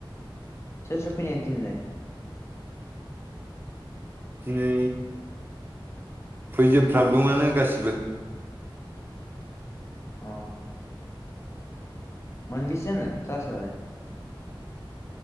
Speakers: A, on the left; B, on the right.
A: सोर सोर फैया दिनैलाय?
B: दिनै फैजोबफ्राम दङआनो गासिबो
A: अ मोन बिसे जानाय क्लासालाय?